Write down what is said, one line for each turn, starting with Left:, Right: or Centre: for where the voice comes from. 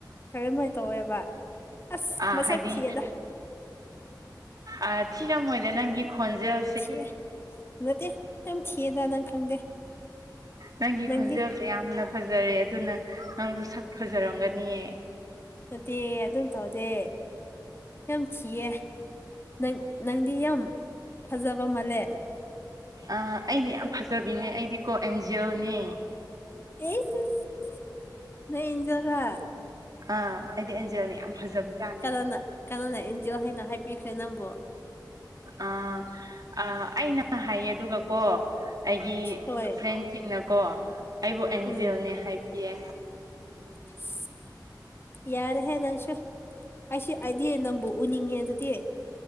Left: ꯀꯔꯤꯝꯃꯥꯏꯅ ꯇꯧꯋꯦꯕ ꯑꯁ
Right: ꯑꯥ
Left: ꯃꯁꯛ
Right: ꯍꯥꯏꯗꯤ
Left: ꯊꯤꯌꯦꯗ
Right: ꯑꯥ ꯊꯤꯔꯝꯃꯣꯏꯗ ꯅꯪꯒꯤ ꯈꯣꯟꯖꯦꯜ
Left: ꯊꯤꯌꯦ ꯐꯖꯗꯦ ꯌꯥꯝ ꯊꯤꯌꯦꯗ ꯅꯪ ꯈꯪꯗꯦ
Right: ꯅꯪꯒꯤ
Left: ꯅꯪꯗꯤ
Right: ꯈꯣꯟꯖꯦꯜꯁꯦ ꯌꯥꯝꯅ ꯐꯥꯖꯔꯦ ꯑꯗꯨꯅ ꯅꯪꯁꯨ ꯁꯛ ꯐꯥꯖꯔꯝꯒꯅꯤꯌꯦ
Left: ꯅꯠꯇꯦ ꯑꯗꯨꯝ ꯇꯧꯗꯦ ꯌꯥꯝ ꯊꯤꯌꯦ ꯅꯪ ꯅꯪꯗꯤ ꯌꯥꯝ ꯐꯥꯖꯕ ꯃꯥꯜꯂꯦ
Right: ꯑꯥ ꯑꯩꯗꯤ ꯌꯥꯝ ꯐꯥꯖꯕꯤꯅꯦ ꯑꯩꯗꯤ ꯀꯣ ꯑꯦꯟꯖꯦꯜꯅꯦ
Left: ꯏꯁ ꯏꯁ ꯅꯪ ꯑꯦꯟꯖꯦꯜꯔꯣ
Right: ꯑꯥ ꯑꯩꯗꯤ ꯑꯦꯟꯖꯦꯜꯅ ꯌꯥꯝ ꯐꯖꯕꯖꯥꯠꯅꯤ
Left: ꯀꯅꯥꯅ ꯀꯅꯥꯅ ꯑꯦꯟꯖꯦꯜ ꯍꯥꯏꯅ ꯍꯥꯏꯕꯤꯈ꯭ꯔꯦ ꯅꯪꯕꯨ
Right: ꯑꯥ ꯑꯥ ꯑꯩꯅ ꯍꯥꯏꯌꯦ ꯑꯗꯨꯒꯀꯣ ꯑꯩꯒꯤ
Left: ꯍꯣꯏ
Right: ꯐ꯭ꯔꯦꯟꯁꯤꯡꯅꯀꯣ ꯑꯩꯕꯨ ꯑꯦꯟꯖꯦꯜꯅꯦ
Left: ꯎꯝ
Right: ꯍꯥꯏꯕꯤꯌꯦ
Left: <unintelligible> ꯌꯥꯔꯦꯍꯦ ꯅꯪꯁꯨ ꯑꯩꯁꯨ ꯑꯩꯗꯤ ꯅꯪꯕꯨ ꯎꯅꯤꯡꯉꯦ ꯑꯗꯨꯗꯤ